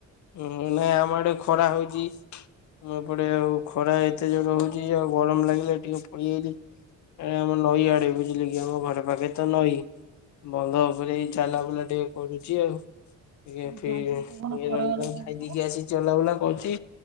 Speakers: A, on the left; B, on the right.
A: ଉଁ ହୁଁ। ନାଇଁ ଆମ ଆଡେ ଖରା ହଉଚି ମୁଁ ଏପଟେ ଆଉ ଖରା ଏତେ ଜୋରେ ହଉଚି ଆଉ ଗରମ ଲାଗିଲେ ଟିକେ ପଳେଇଆଇଲି ଏ ଆମ ନଈ ଆଡେ ବୁଝିଲେ କି, ଆମ ଘର ପାଖେରେ ତ ନଈ। ବନ୍ଧ ଉପରେ ଏଇ ଚାଲା ବୁଲା ଟିକେ କରୁଚି ଆଉ। ଟିକେ
B: ଝାଞ୍ଜି ପବନ
A: ଫ୍ରି ଇଏ
B: ଖରାବେଳେ
A: ରହି
B: ଦଉଥିବ।
A: ଆସିକି ଚଲାବୁଲା କରୁଚି।